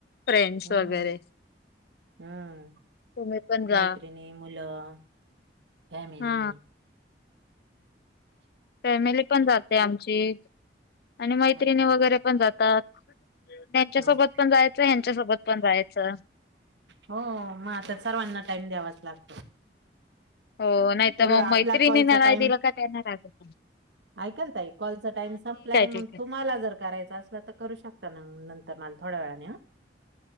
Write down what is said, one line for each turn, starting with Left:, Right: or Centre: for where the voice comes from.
Left: फ्रेंड्स
Right: हम्म
Left: वगैरे.
Right: हम्म
Left: तुम्ही पण जा
Right: मैत्रिणी, मुलं. फॅमिली.
Left: हा फॅमिली पण जाते आमची आणि मैत्रिणी
Right: अच्छा
Left: वगैरे पण जातात. त्यांच्या
Right: अच्छा.
Left: सोबत पण जायचंय. यांच्यासोबत पण जायचं
Right: हो मग आता सर्वांना टाईम द्यावाच लागतो.
Left: हो नाही तर मग
Right: आपला
Left: मैत्रिणी
Right: कॉलचा
Left: नाही
Right: टाइम
Left: दिलं काय त्यांना राग यायचा.
Right: ऐका ना ताई कॉलचा टाइम संपलाय
Left: ठीक
Right: मग
Left: आहे
Right: तुम्हाला जर करायचा असला तर करू शकता ना मग नंतर तर मग थोड्या वेळाने ह.